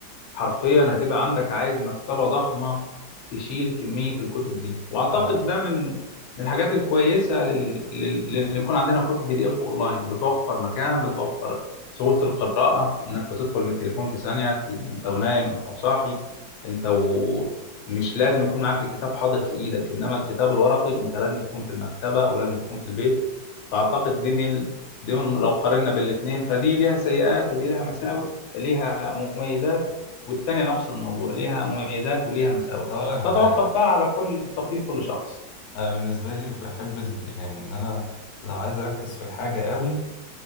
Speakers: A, on the left; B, on the left.
A: حرفيا هتبقى عندك عايز مكتبة ضخمة تشيل كمية الكتب دي واعتقد
B: انا
A: ده من من الحاجات الكويسة لل... لل... لان يكون عندنا كتب بي دي اف اونلاين بتوفر مكان بتوفر سهولة القراءة انك بتدخل من التليفون في ثانية ت- انت ونايم انت وصاحي انت و... مش لازم يكون معاك الكتاب حاضر في ايدك انما الكتاب الورقي انت لازم تكون في المكتبة او لازم تكون في البيت فاعتقد دي من دي من لو قارنا بالاثنين فدي ليها سيئات ودي ليها مساوئ ليها مميزات والتانية نفس الموضوع ليها مميزات وليها مساوئ
B: طب اقول لك على
A: تتوقف
B: حاجه
A: بقى على كل تفضيل كل شخص
B: انا بالنسبه لي بحب ال... يعني ان انا لو عايز اركز في الحاجه قوي